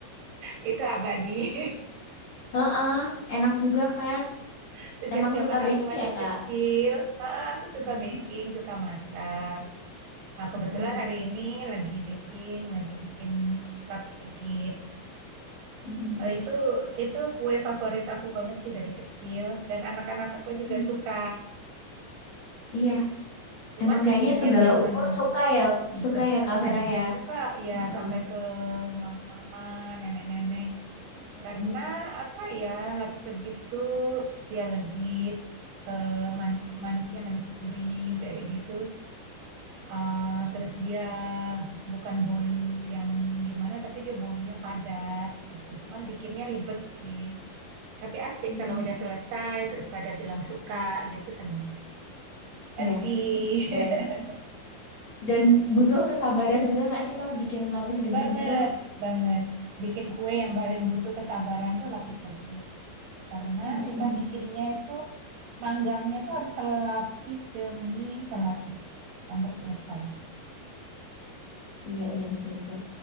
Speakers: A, on the right (about 75°); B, on the left (about 55°).
A: Itu abadi.
B: Heeh, enak juga kan?
A: <laughs> Sejak
B: Emang
A: zaman
B: suka baking
A: aku masih
B: ya, Kak?
A: kecil, ah, aku suka
B: Mm-mm.
A: baking, suka masak. Nah, kebetulan
B: Mm-mm.
A: hari ini lagi baking, lagi bikin lapis legit.
B: Mm-mm.
A: Eh, Itu itu kue favorit aku banget sih dari kecil dan anak-anak aku juga
B: Mm-mm.
A: suka.
B: Iya,
A: Cuman
B: emang kayaknya
A: bikinnya
B: segala
A: memang
B: umur suka ya,
A: Ribet,
B: suka ya Kak
A: heeh.
B: Vera ya.
A: Suka ya
B: Heeh.
A: sampai ke mama-mama, nenek-nenek.
B: Mm-mm.
A: Karena apa ya, lapis legit tuh dia legit, eh, mani- manisnya manis gurih kayak gitu. Eh, terus dia bukan bolu yang gimana, tapi dia bolunya padat gitu. Cuman bikinnya ribet sih. Tapi asik
B: Mm-mm.
A: kalau udah selesai, terus pada bilang suka gitu, seneng. Happy.
B: Iya, dan
A: <laughs>
B: dan butuh kesabaran juga nggak sih Kak bikin lapis legit
A: Banget,
B: gitu?
A: banget. Bikin kue yang paling butuh kesabaran tuh lapis legit. Karena
B: Mm-mm.
A: kita bikinnya itu, manggangnya itu harus selapis demi selapis. Sampai selesai.
B: Iya, iya betul-betul.